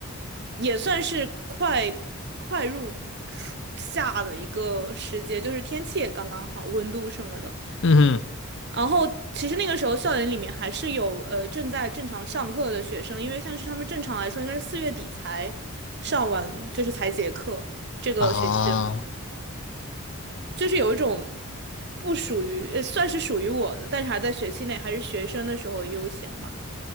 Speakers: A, on the right; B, on the left.
A: 也算是快快入初夏的一个时节，就是天气也刚刚好，温度什么的。
B: 嗯哼
A: 然后其实那个时候校园里面还是有呃正在正常上课的学生，因为像是他们正常来说应该是四月底才上完，就是才结课。这个学期的话，
B: 啊
A: 就是有一种不属于，呃，算是属于我的，但是还在学期内还是学生的时候的悠闲吧。